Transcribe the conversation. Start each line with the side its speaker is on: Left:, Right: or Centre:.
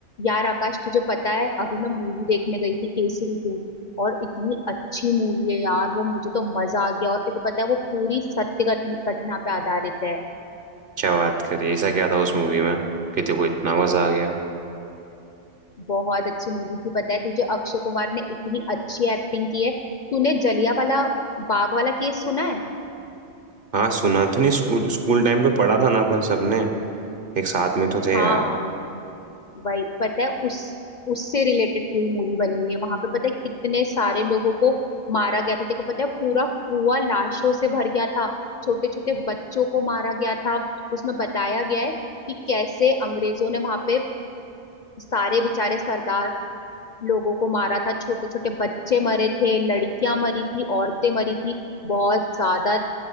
Left: यार आकाश तुझे पता है अभी मैं मूवी देखने गई थी केसरी टू और इतनी अच्छी मूवी है यार वो मुझे तो मजा आ गया और तेरे को पता है वो पूरी सत्य घट- घटना पे आधारित है
Right: क्या बात करी ऐसा क्या था उस मूवी में कि देखो इतना मजा आ गया
Left: बहुत अच्छी मूवी थी पता है तुझे अक्षय कुमार ने इतनी अच्छी एक्टिंग की है तूने जलिया वाला बाग वाला केस सुना है
Right: हाँ सुना तो नहीं स्कूल स्कूल टाइम पे पढ़ा था ना अपन सबने एक साथ में तो थे
Left: हाँ
Right: यार
Left: वही पता है उस उससे रिलेटेड पूरी मूवी बनी हुई है वहां पे पता है कितने सारे लोगों को मारा गया था देखो पता है पूरा कुआं लाशों से भर गया था छोटे छोटे बच्चों को मारा गया था उसमें बताया गया है कि कैसे अंग्रेजों ने वहां पे सारे बेचारे सरदार लोगों को मारा था छोटे छोटे बच्चे मरे थे लड़कियां मरी थी औरतें मरी थी बहुत ज्यादा